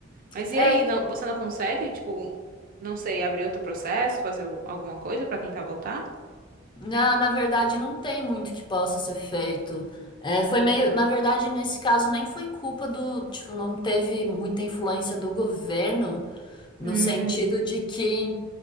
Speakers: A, on the right (about 45°); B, on the left (about 25°).
A: Mas
B: É,
A: e aí, não, você não consegue, tipo, não sei, abrir outro processo, fazer o- alguma coisa pra tentar voltar?
B: na, na verdade, não tem muito que possa ser feito. É, foi meio. Na verdade, nesse caso, nem foi culpa do. Tipo, não teve muita influência do governo, no
A: Hum,
B: sentido de que.